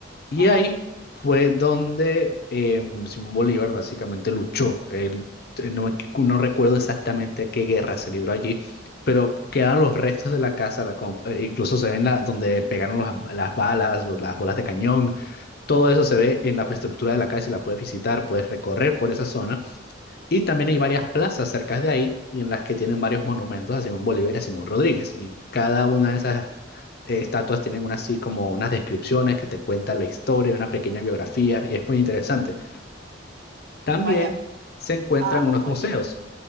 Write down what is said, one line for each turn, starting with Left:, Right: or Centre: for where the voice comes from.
Left: y
Right: ajá.
Left: ahí fue donde em, Simón Bolívar básicamente luchó. Él, eh, no, me no recuerdo exactamente a qué guerra se libró allí, pero quedaron los restos de la casa, la com- eh, incluso se ven la, donde pegaron los- las balas, los- las bolas de cañón, todo eso se ve en la estructura de la casa y la puedes visitar, puedes recorrer por esa zona. Y también hay varias plazas cerca de ahí y en las que tienen varios monumentos a Simón Bolívar y a Simón Rodríguez. Y cada una de esas eh, estatuas tienen una, así como unas descripciones que te cuentan la historia, una pequeña biografía y es muy interesante. También
Right: Vaya.
Left: se encuentran
Right: Ah,
Left: unos
Right: oye.
Left: museos.